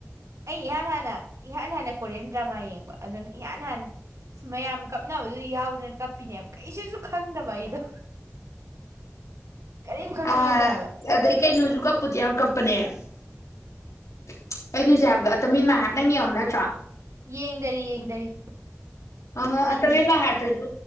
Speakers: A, on the right; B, on the left.
A: ꯑꯩ ꯏꯍꯥꯟ ꯍꯥꯟꯅ ꯏꯍꯥꯟ ꯍꯥꯟꯅ ꯀꯣꯔꯤꯌꯥꯟ ꯗ꯭ꯔꯃꯥ ꯌꯦꯡꯕ ꯑꯗꯨꯅ ꯏꯍꯥꯟ ꯍꯥꯟꯅ ꯃꯌꯥꯝ ꯀꯞꯅꯕꯗꯨꯗ ꯌꯥꯎꯗꯅ ꯀꯞꯄꯤꯅꯦꯕ ꯀꯩꯁꯨꯖꯨ ꯈꯪꯗꯕ ꯑꯩꯗꯣ꯫ ꯀꯔꯤꯝ ꯈꯪꯕ
B: ꯑ
A: ꯅꯠꯇꯦ ꯍꯥꯏꯕ
B: ꯑꯗꯩ ꯀꯩꯅꯣꯖꯨ ꯀꯞꯄꯨꯗꯤ ꯌꯥꯝ ꯀꯞꯄꯅꯦ꯫ ꯑꯩꯩꯅ ꯍꯧꯖꯤꯛ ꯍꯥꯏꯕꯗꯣ ꯑꯟꯇꯝ ꯑꯤꯟ ꯃꯥꯏ ꯍꯥꯔꯗ ꯅꯪ ꯌꯦꯡꯉꯝꯃ ꯅꯠꯇ꯭ꯔꯣ꯫
A: ꯌꯦꯡꯗꯔꯤ ꯌꯦꯡꯗꯔꯤ꯫
B: ꯑ
A: ꯅꯪꯗꯤ
B: ꯑꯟꯇꯝ ꯑꯤꯟ ꯃꯥꯏ ꯍꯥꯔꯗꯇꯨꯖꯨ꯫